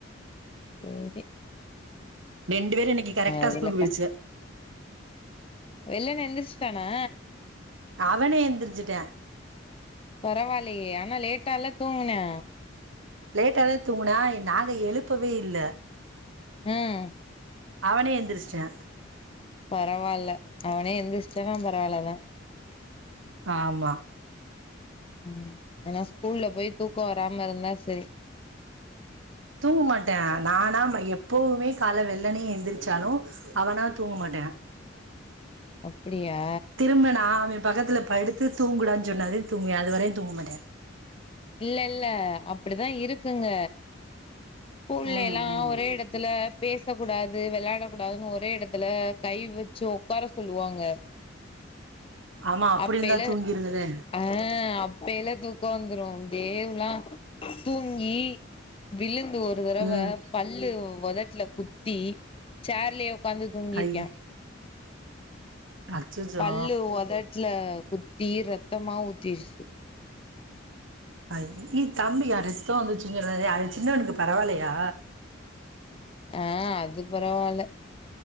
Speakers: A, on the left; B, on the right.
A: ஏரி
B: ரெண்டு வேரு இன்னக்கு கரக்ட்டா
A: அதுல
B: ஸ்கூலுக் போய்டுச்சுக
A: க வெள்ளன எந்திர்ச்ட்டானா
B: அவனே எந்தெரிச்சிட்டா
A: பரவால்லயே ஆனா லேட்டால தூங்குனா
B: லேட்டாதே தூங்குனா நாங்க எழுப்பவே இல்ல
A: ம்
B: அவனே எந்திரிச்ட்டா
A: பரவால்ல அவ்னே எந்திர்ச்டானா பரவால்லதா
B: ஆமா
A: ம் ஆனா ஸ்கூல்ல போய் தூக்க வராம இருந்தா சரி
B: தூங்க மாட்டே நானா ம எப்பவுமே கால வெள்ளனயே எந்திரிச்சாலூ அவனா தூங்க மாட்டா
A: அப்பிடியா
B: கும்ரனா நா அவ பக்கத்துல படுத்து தூங்குடான் சொன்னாதே தூங்குவா அது வரையு தூங்க மாட்டா
A: இல்ல இல்ல அப்டிதா இருக்குங்க கூல்ல
B: ம்
A: எல்லா
B: ம்
A: ஒரே எடத்துல பேச கூடாது வெளையாட கூடாதுன்னு ஒரே எடத்துல கை வச்சு ஒக்கார சொல்லுவாங்க
B: ஆமா அப்டி
A: அப்பைலா
B: இருந்தா தூங்கிருங்களே
A: ஆஹ் அப் பையெலா தூக்கோ வந்துரூ கேம்லா தூங்கீ விழுந்து வர் ஒரு தரவ
B: ம்
A: பல்லு ஒதட்ல குத்தி சேர்லயே ஒக்காந்து தூங்கிருக்கா
B: ஐய அச்சச்சோ
A: பல்லு ஒதட்ல குத்தி ரெத்தமா ஊத்திருச்சு
B: ஐய் இ தம்பி அ ரத்த வந்துச்சினுங்குறது அது சின்னவனுக்கு பரவால்லையா
A: ஆ அது பரவால்ல